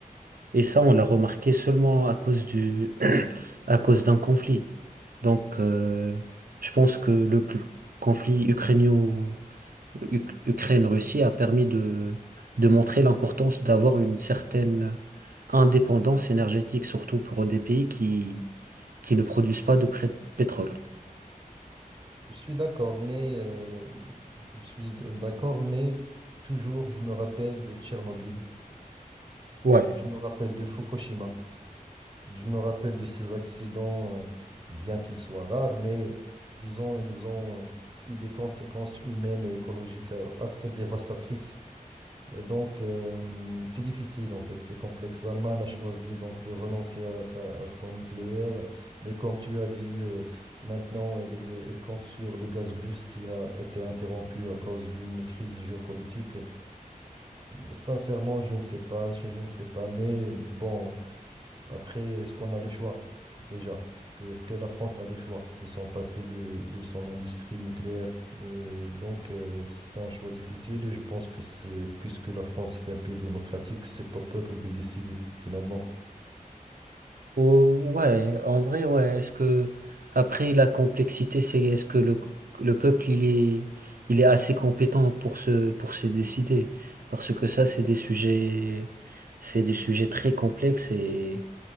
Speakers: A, on the right; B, on the right.
A: Et ça, on l'a remarqué seulement à cause du, <clears throat> à cause d'un conflit. Donc, euh, je pense que le cl- conflit ukrainien Uk- Ukraine-Russie a permis de, de montrer l'importance d'avoir une certaine indépendance énergétique, surtout pour des pays qui, qui ne produisent pas de pré- pétrole.
B: Je suis d'accord, mais euh, je suis d- d'accord, mais toujours je me rappelle de Tchernobyl,
A: Ouais.
B: je me rappelle de Fukushima, je me rappelle de ces accidents, euh, bien qu'ils soient rares, mais disons, ils ont euh, eu des conséquences humaines et écologiques euh, assez dévastatrices Et donc, euh, c'est difficile en fait, c'est complexe. L'Allemagne a choisi donc de renoncer à, sa, à son nucléaire, mais comme tu as dit, euh, maintenant elle, est- elle compte sur le gaz russe qui a été interrompu à cause d'une crise géopolitique. Sincèrement, je ne sais pas, je, je ne sais pas, mais bon. Après, est-ce qu'on a le choix déjà? Est-ce que, est-ce que la France a le choix de s'en passer de, de son industrie nucléaire? Mais donc, euh, c'est un choix difficile et je pense que c'est, puisque la France est un pays démocratique, c'est au peuple de décider finalement.
A: Oh, ouais, en vrai, ouais. Est-ce que, après, la complexité, c'est est-ce que le, le peuple, il est, il est assez compétent pour se, pour se décider? Parce que ça, c'est des sujets, c'est des sujets très complexes et